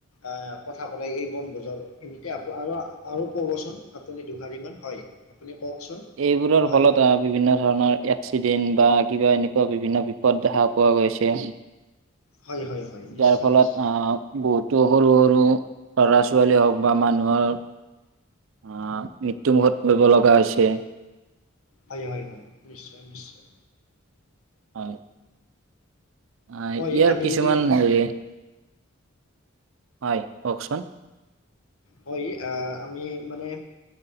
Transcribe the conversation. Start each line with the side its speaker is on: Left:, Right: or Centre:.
Left: আ কথা পেলাই এই বনভোজৰখিনিতে আকো আৰু আৰু ক'বচোন আপুনি দুশাৰীমান? হয় আপুনি কওকচোন
Right: এইবোৰৰ
Left: হয়?
Right: ফলত আহ বিভিন্ন ধৰণৰ এক্সিডেন্ট বা কিবা এনেকুৱা বিভিন্ন বিপদ দেখা পোৱা গৈছে।
Left: হয় হয়। হয় নিশ্চয়
Right: যাৰ ফলত
Left: নিশ্চয়
Right: আহ বহুতো সৰু সৰু লৰা ছোৱালী হওক বা মানুহৰ আহ মৃত্যুমুখত পৰিব লগা হৈছে।
Left: হয় হয় হয় নিশ্চয় নিশ্চয়
Right: হয় ইয়াৰ
Left: হয় আমি
Right: কিছুমান
Left: যদি
Right: হেৰি হয় কওকচোন
Left: হয় আহ আমি মানে